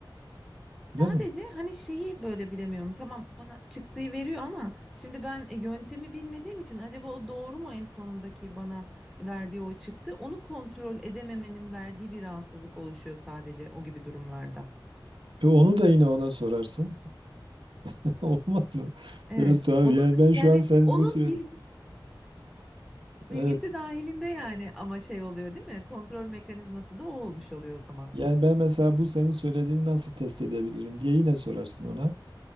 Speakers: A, on the right; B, in the centre.
A: Değil
B: Sadece
A: mi?
B: hani şeyi böyle bilemiyorum. Tamam bana çıktığı veriyor ama şimdi ben e, yöntemi bilmediğim için acaba o doğru mu en sonundaki bana verdiği o çıktı? Onu kontrol edememenin verdiği bir rahatsızlık oluşuyor sadece o gibi durumlarda.
A: E onu da yine ona sorarsın. <laughs> Olmaz mı?
B: Evet.
A: Biraz tuhaf.
B: Onun
A: Yani ben şu
B: yani
A: an senin
B: onun
A: bu sö-
B: bilgi, bilgisi
A: Evet
B: dahilinde yani ama şey oluyor değil mi? Kontrol mekanizması da o olmuş oluyor o zaman.
A: Yani ben mesela bu senin söylediğini nasıl test edebilirim diye yine sorarsın ona.